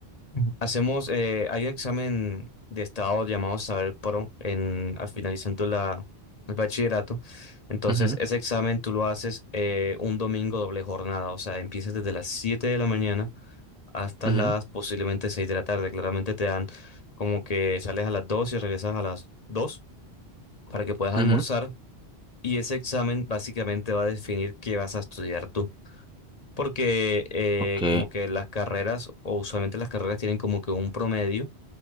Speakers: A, on the left (about 40°); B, in the centre.
A: Ujú. hacemos, eh, hay un examen de estado llamado Saber Pro en, al finalizando la, el bachillerato. Entonces,
B: ujú,
A: ese examen tú lo haces eh, un domingo doble jornada, o sea, empiezas desde las 7 de la mañana hasta
B: ujú,
A: las posiblemente 6 de la tarde. Claramente te dan como que sales a las 2 y regresas a las 2 para que puedas almorzar
B: ujú.
A: Y ese examen básicamente va a definir qué vas a estudiar tú. Porque eh,
B: Ok.
A: como que las carreras, o usualmente las carreras tienen como que un promedio